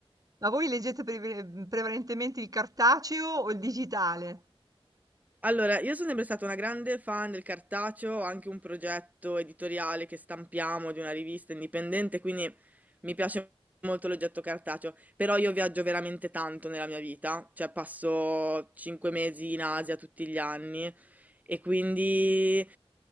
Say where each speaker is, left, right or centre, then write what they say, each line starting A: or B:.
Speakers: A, on the right; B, on the right.
A: Ma voi leggete preve- prevalentemente il cartaceo o il digitale?
B: Allora, io sono sempre stata una grande fan del cartaceo, ho anche un progetto editoriale che stampiamo di una rivista indipendente, quindi mi piace molto l'oggetto cartaceo, però io viaggio veramente tanto nella mia vita, cioè passo cinque mesi in Asia tutti gli anni e quindi